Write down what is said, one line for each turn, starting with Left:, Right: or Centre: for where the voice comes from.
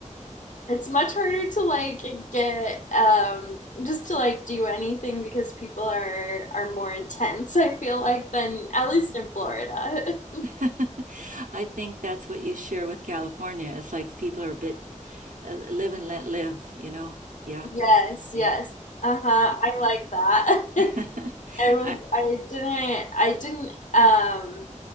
Left: it's much harder to like get um, just to like do anything because people are are more intense. I feel like than at least in Florida. <laughs>
Right: <laughs> I think that's what you share with California. It's like people are a bit uh, live and let live. You know? Yeah,
Left: Yes,
Right: yeah.
Left: yes. Uh-huh. I like that. <laughs>
Right: <laughs>
Left: I was
Right: I,
Left: I didn't I didn't um